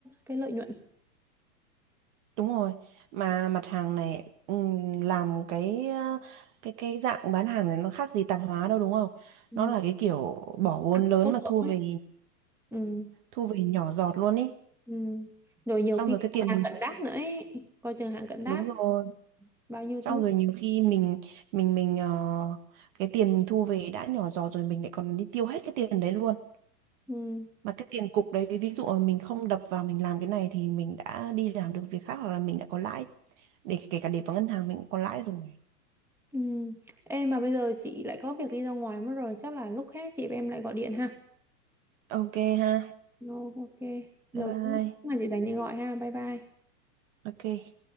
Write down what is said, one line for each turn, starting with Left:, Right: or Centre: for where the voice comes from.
Centre: cái lợi nhuận
Right: Đúng rồi, mà mặt hàng này ừm, làm cái ờ, cái cái dạng bán hàng này nó khác gì tạp hóa đâu đúng không?
Centre: ừ.
Right: Nó là cái kiểu bỏ vốn
Centre: À,
Right: lớn
Centre: số
Right: mà
Centre: lượng
Right: thu
Centre: ấy.
Right: về
Centre: Ừ.
Right: thu về nhỏ giọt luôn ý.
Centre: Ừ. rồi nhiều
Right: Xong
Centre: khi
Right: rồi cái
Centre: còn
Right: tiền
Centre: hàng
Right: mình
Centre: cận đát nữa ấy. coi chừng hàng cận đát
Right: đúng rồi,
Centre: bao nhiêu
Right: xong
Centre: thứ
Right: rồi nhiều khi mình mình mình ờ, cái tiền mình thu về đã nhỏ giọt rồi mình lại còn đi tiêu hết cái tiền đấy luôn.
Centre: ừ.
Right: Mà cái tiền cục đấy ví dụ mà mình không đập vào mình làm cái này thì mình đã đi làm được việc khác hoặc là mình đã có lãi để kể cả để vào ngân hàng mình cũng có lãi rồi.
Centre: Ừ. Ê mà bây giờ chị lại có việc đi ra ngoài mất rồi chắc là lúc khác chị em lại gọi điện ha.
Right: Ok ha.
Centre: No, ok. Lâu
Right: Bye bye.
Centre: chứ mà chị dành chị gọi ha. Bye bye.
Right: Ok.